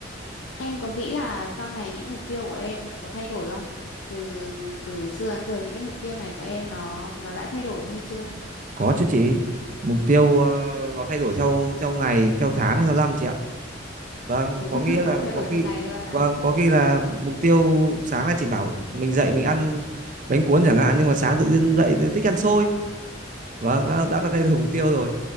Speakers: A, on the left; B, on the right.
A: Em có nghĩ là sau này những mục tiêu của em có thay đổi không? Từ từ xưa đến giờ những cái mục tiêu này của em nó nó đã thay đổi hay chưa?
B: Có chứ chị. Mục tiêu ờ, nó thay đổi theo theo ngày, theo tháng, theo năm chị ạ. Vâng,
A: Mục
B: có
A: tiêu
B: nghĩa
A: <laughs>
B: là
A: mà thay
B: có
A: đổi
B: khi
A: theo ngày luôn à?
B: vâng, có khi là mục tiêu sáng là chị bảo mình dậy mình ăn bánh cuốn chẳng hạn nhưng mà sáng tự nhiên dậy thì thích ăn xôi. Vâng, đã
A: <laughs>
B: đã thay đổi mục tiêu rồi.